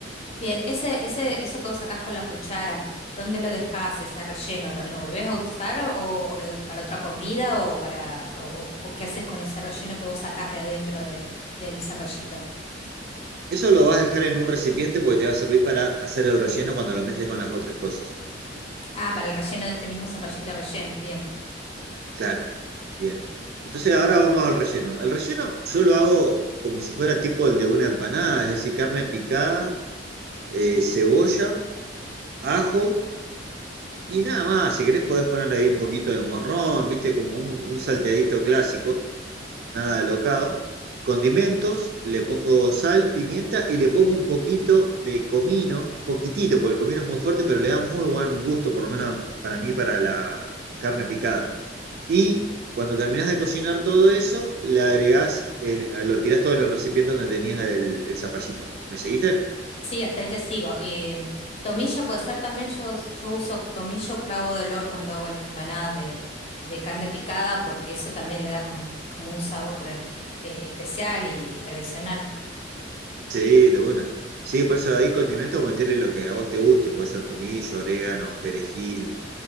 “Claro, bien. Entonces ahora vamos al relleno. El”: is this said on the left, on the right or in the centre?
Right